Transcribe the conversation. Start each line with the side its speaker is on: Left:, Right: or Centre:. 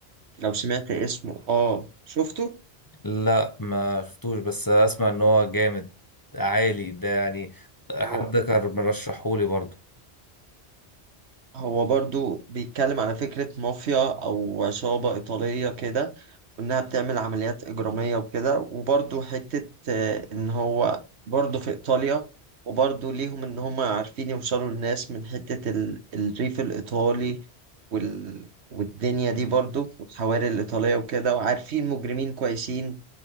Right: لو سمعت اسمه اه شفته
Left: لا ما شفتوش بس أسمع إن هو جامد عالي ده يعني حد
Right: هو
Left: كان مرشحهولي برضه
Right: هو برضو بيتكلم على فكرة مافيا أو عصابة إيطالية كده وإنها بتعمل عمليات إجرامية وكده وبرضو حتة آه، إن هو برضو في إيطاليا وبرضو ليهم إن هم عارفين يوصلوا للناس من حتة ال- الريف الإيطالي وال... والدنيا دي برضو والحواري الإيطالية وكده وعارفين مجرمين كويسين